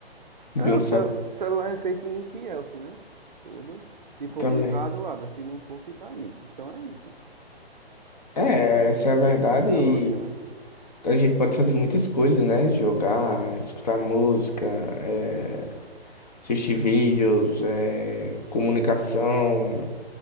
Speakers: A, on the left; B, on the right.
A: de
B: É,
A: um
B: o
A: celular
B: cel- celular é feito em Fielce, né? Tudo. Se for
A: também.
B: clicado, abre. Se não for, fica aí. Então é isso.
A: É, essa é a verdade
B: É
A: e
B: a lógica, né?
A: a gente pode fazer muitas coisas, né? Jogar, escutar música, é, assistir vídeos, é, comunicação.